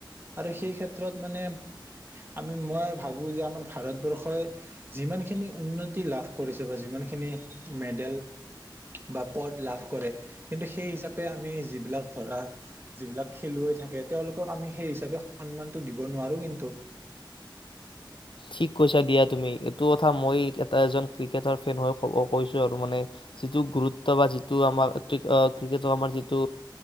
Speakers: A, on the right (about 25°); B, on the left (about 80°).
A: আৰু সেই ক্ষেত্ৰত মানে আমি মই ভাবো যে আমাৰ ভাৰতবৰ্ষই যিমানখিনি উন্নতি লাভ কৰিছে বা যিমানখিনি মেডেল বা পদ লাভ কৰে। কিন্তু সেই হিচাপে আমি যিবিলাক ধৰা যিবিলাক খেলুৱৈ থাকে তেওঁলোকক আমি সেই হিচাপে সন্মানটো দিব নোৱাৰো কিন্তু
B: ঠিক কৈছা দিয়া তুমি এইটো কথা মই এটা এজন ক্ৰিকেটাৰ ফেন হৈ কৈছো আৰু মানে যিটো গুৰুত্ব বা যিটো আমাৰ ক্ৰিকেটৰ আমাৰ যিটো